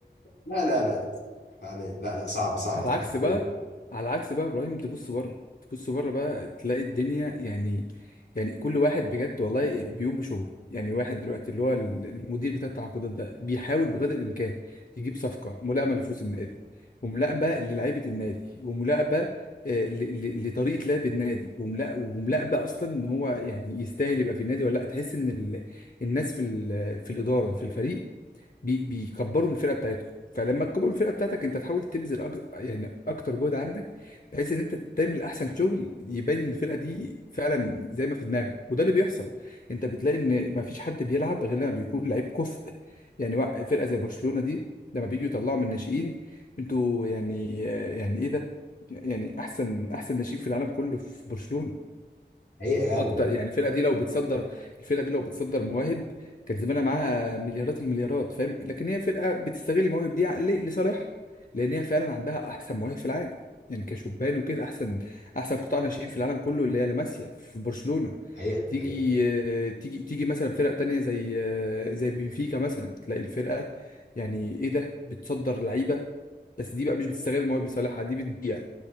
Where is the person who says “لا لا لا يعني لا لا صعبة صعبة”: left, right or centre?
Left